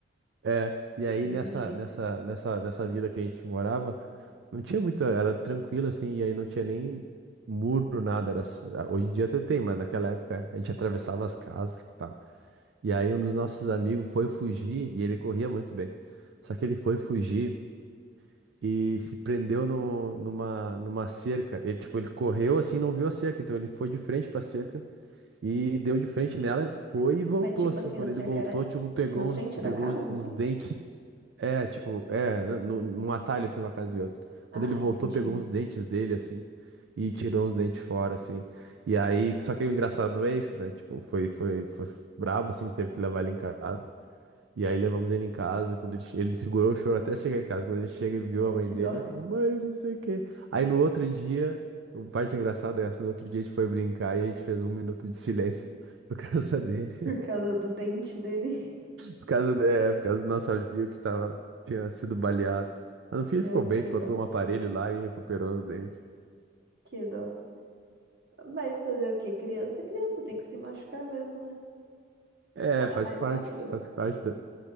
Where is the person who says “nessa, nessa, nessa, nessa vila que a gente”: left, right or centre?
Right